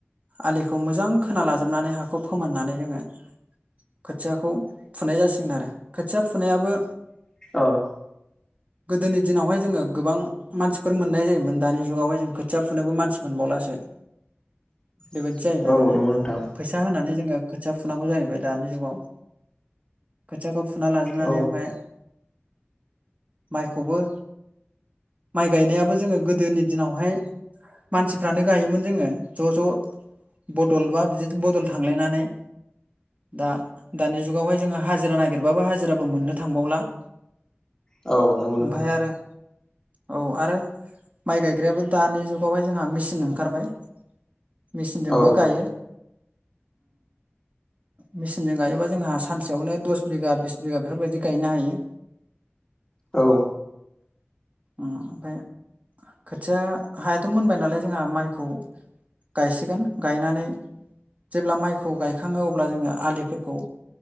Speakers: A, on the right (about 35°); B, on the left (about 15°).
A: आलिखौ मोजां खोना लाजोबनानै हाखौ फोमोननानै जोङो खोथियाखौ फुनाय जासिगोन आरो खोथिया फुनायाबो
B: औ
A: गोदोनि दिनावहाय जोङो गोबां मानसिफोर मोननाय जायोमोन दानि जुगावहाय जों खोथिया फुनोबो मानसि मोनबावलासो
B: <inaudible>
A: बेबायदि जाहैबाय
B: औ
A: माने
B: नंगौ नोंथां
A: फैसा होनानै जोङो खोथिया फुनांगौ जाहैबाय दानि जुगाव खोथियाखौ फुना लाजोबनानै
B: औ
A: ओमफ्राय माइखौबो माइ गायनायाबो जोङो गोदोनि दिनावहाय मानसिफ्रानो गायोमोन जोङो ज' ज' बदल बा बिदि बदल थांलायनानै दा दानि जुगावहाय जोङो हाजिरा नागिरबाबो हाजिराबो मोननो थांबावला
B: औ नंगौ नोंथां
A: भायार औ आरो माइ गायग्रायाबो दानि जुगावहाय जोंहा मेचिन ओंखारबाय मेचिनजोंबो
B: औ
A: गायो मेचनजों गायोबा जोंहा सानसेयावनो दस बिगा बिस बिगा बेफोरबायदि गायनो हायो।
B: औ
A: ओमफ्राय खोथिया हायाथ' मोनबाय नालाय जोंहा माइखौ गायसिगोन गायनानै जेब्ला माइखौ गायखांोन थाङो अब्ला जोङो आलिफोरखौ